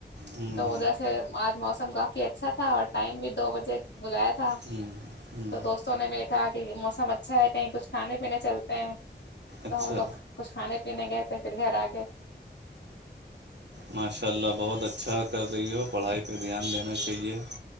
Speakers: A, on the right; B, on the left.
A: ہوں
B: تو ادھر سے آ <unintelligible> موسم کافی اچھا تھا اور ٹائم بھی دو بجے بلایا تھا
A: ہوں ہوں
B: تو دوستوں نے میرے <unintelligible> ج کہ موسم اچھا ہے کہیں کچھ کھانے پینے چلتے ہیں تو
A: اچھا
B: ہم لوگ <unintelligible> کچھ کھانے پینے گئے تھے پھر گھر آ گئے
A: ماشاء اللہ بہت اچھا کر رہی ہو پڑھائی پہ دھیان دینا چاہیے